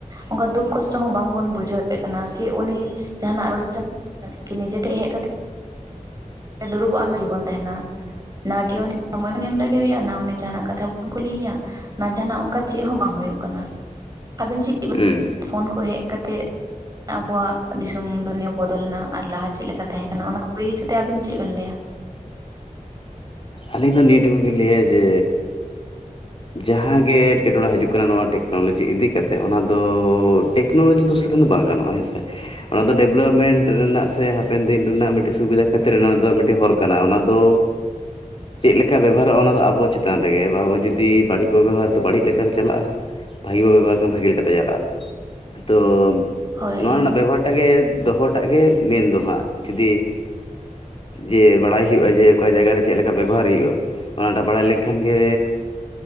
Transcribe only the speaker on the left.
ᱦᱩᱸ
ᱟᱹᱞᱤᱧ ᱫᱚ ᱱᱤᱭᱟᱹ ᱴᱩᱠᱩ ᱞᱤᱧ ᱞᱟᱹᱭᱟ ᱡᱮ᱿ ᱡᱟᱦᱟᱸᱜᱮ ᱮᱴᱠᱮᱴᱚᱬᱮ ᱦᱤᱡᱩᱜ ᱠᱟᱱᱟ ᱱᱚᱣᱟ ᱴᱮᱠᱱᱳᱞᱚᱡᱤ ᱤᱫᱤ ᱠᱟᱛᱮᱫ ᱚᱱᱟ ᱫᱚ᱾ ᱴᱮᱠᱱᱳᱞᱚᱡᱤ ᱫᱳᱥ ᱞᱮᱠᱷᱟᱱ ᱫᱚ ᱵᱟᱝ ᱜᱟᱱᱚᱜᱼᱟ ᱦᱮᱸᱥᱮ ᱚᱱᱟ ᱫᱚ ᱰᱮᱵᱷᱞᱚᱯᱢᱮᱱᱴ ᱨᱮᱱᱟᱜ ᱥᱮ᱿ ᱦᱟᱯᱮᱱ ᱫᱤᱱ ᱨᱮᱱᱟᱜ ᱢᱤᱫᱴᱤᱡ ᱥᱩᱵᱤᱫᱟ ᱠᱷᱟᱹᱛᱤᱨ ᱚᱱᱟ ᱫᱚ ᱢᱤᱫᱴᱮᱱ ᱦᱚᱨ ᱠᱟᱱᱟ ᱚᱱᱟ ᱫᱚ ᱪᱮᱫ ᱞᱮᱠᱟ ᱵᱮᱵᱚᱦᱟᱨᱚᱜᱼᱟ ᱚᱱᱟ ᱫᱚ ᱟᱵᱚ ᱪᱮᱛᱟᱱ ᱨᱮᱜᱮ ᱟᱵᱚ ᱡᱚᱫᱤ ᱵᱟᱲᱤᱡ ᱵᱚ ᱵᱮᱵᱚᱦᱟᱨᱼᱟ ᱵᱟᱹᱲᱤᱡ ᱞᱮᱠᱟ ᱛᱮ ᱪᱟᱞᱟᱜᱼᱟ ᱵᱷᱟᱹᱜᱮ ᱵᱚ ᱵᱮᱵᱚᱦᱟᱨ ᱠᱟᱱ ᱵᱷᱟᱹᱜᱮ ᱞᱮᱠᱟᱛᱮ ᱪᱟᱞᱟᱜᱼᱟ ᱛᱚ
ᱱᱚᱣᱟ ᱨᱮᱱᱟᱜ ᱵᱮᱵᱚᱦᱟᱨ᱿ ᱮᱴᱟᱜ ᱜᱮ ᱫᱚᱦᱚᱴᱟᱜ ᱜᱮ ᱢᱮᱱ ᱫᱚ ᱦᱟᱸᱜ ᱡᱩᱫᱤ ᱡᱮ ᱵᱟᱲᱟᱭᱼᱼ ᱦᱩᱭᱩᱜᱼᱟ ᱡᱮ ᱚᱠᱟ ᱡᱟᱭᱜᱟ ᱨᱮ ᱪᱮᱫ ᱞᱮᱠᱟ ᱵᱮᱵᱚᱦᱟᱨ ᱦᱩᱭᱩᱜᱼᱟ ᱚᱱᱟᱴᱟᱜ ᱵᱟᱲᱟᱭ ᱞᱮᱱᱠᱷᱟᱱ ᱜᱮᱼᱼ